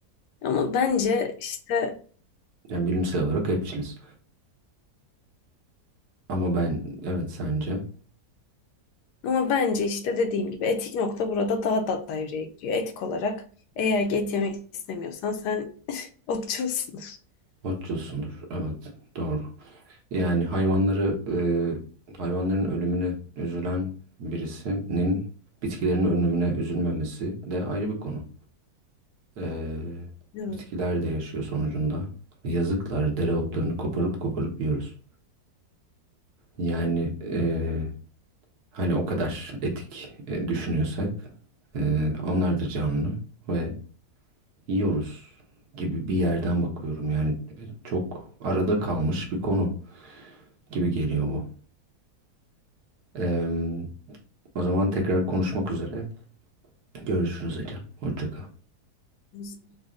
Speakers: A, on the left (about 85°); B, on the right (about 70°).
A: Ama bence işte
B: yani bilimsel olarak hepçiliz. Ama ben evet sence
A: ama bence işte dediğim gibi etik nokta burada daha da devreye giriyor. Etik olarak eğer ki et yemek istemiyorsan sen otçulsun.
B: otçulsundur. Evet doğru. Yani hayvanları e, hayvanların ölümüne üzülen birisinin bitkilerin ölümüne üzülmemesi de ayrı bir konu. E,
A: <laughs>
B: bitkiler de yaşıyor sonucunda. Yazıklar, dereotlarını koparıp koparıp yiyoruz. Yani e, hani o kadar etik e, düşünüyorsak e, onlar da canlı ve yiyoruz gibi bir yerden bakıyorum. Yani e, çok arada kalmış bir konu gibi geliyor bu. Eee, O zaman tekrar konuşmak üzere. Görüşürüz Ecem. Hoşça kal.
A: Evet.